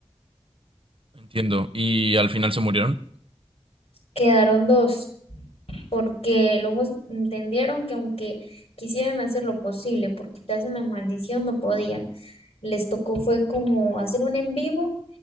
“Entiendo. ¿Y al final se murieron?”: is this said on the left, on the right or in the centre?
Right